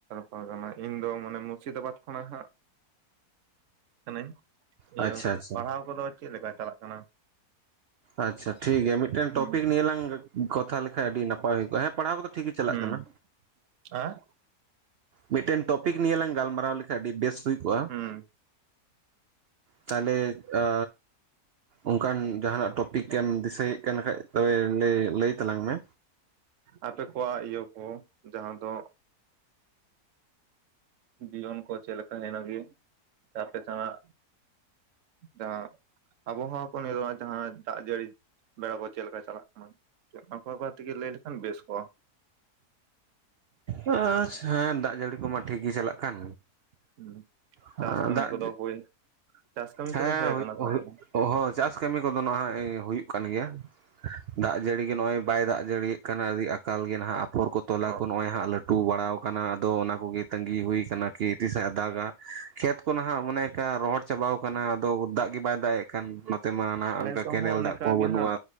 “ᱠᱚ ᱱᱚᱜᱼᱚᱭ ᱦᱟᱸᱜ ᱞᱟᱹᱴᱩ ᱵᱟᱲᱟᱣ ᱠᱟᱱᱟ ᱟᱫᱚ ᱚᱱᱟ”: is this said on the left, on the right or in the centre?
Right